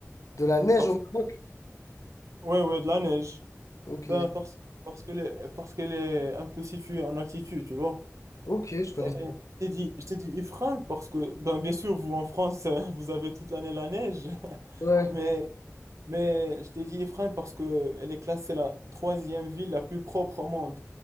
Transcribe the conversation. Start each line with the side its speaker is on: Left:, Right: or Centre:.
Left: De la neige
Right: Parce...
Left: au Maroc.
Right: Ouais, ouais, de la neige.
Left: Ok.
Right: Ben, parce parce qu'elle est... parce qu'elle est un peu située en altitude, tu vois.
Left: Ok, je connais.
Right: Et je t'ai dit, je t'ai dit Ifrane parce que, ben, bien sûr, vous en France, <laughs> vous avez toute l'année la neige. <laughs>
Left: Ouais.
Right: Mais, mais je t'ai dit Ifrane parce que elle est classée la troisième ville la plus propre au monde,